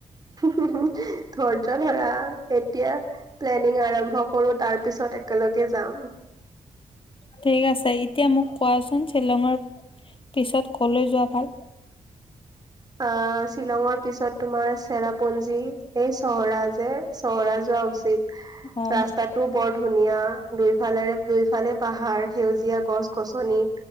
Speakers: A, on the right; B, on the left.
A: ধৈৰ্য ধৰা এতিয়া প্লেনিং আৰম্ভ কৰো তাৰ পিছত একেলগে যাম
B: ঠিক আছে এতিয়া মোক কোৱাচোন শ্বিলঙৰ পিছত কলৈ যোৱা ভাল?
A: অ শ্বিলঙৰ পিছত তোমাৰ চেৰাপুঞ্জী এই চহৰা যে চহৰাজ উচিত
B: উ
A: ৰাস্তাটো বৰ ধুনীয়া দুইফালেৰে দুইফালে পাহাৰ সেউজীয়া গছ গছনি,